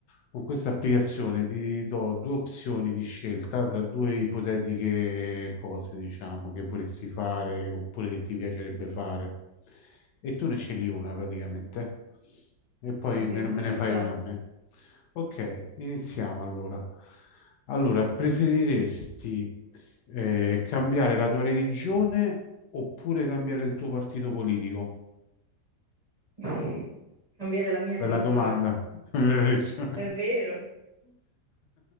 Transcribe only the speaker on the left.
con questa applicazione ti do due opzioni di scelta tra due ipotetiche cose, diciamo, che vorresti fare oppure che ti piacerebbe fare. E tu ne scegli una praticamente. E poi
me, me
ne fai una a me. Ok, iniziamo allora. Allora, preferiresti eh, cambiare la tua religione oppure cambiare il tuo partito politico?
Bella domanda. <laughs> Bella riccione.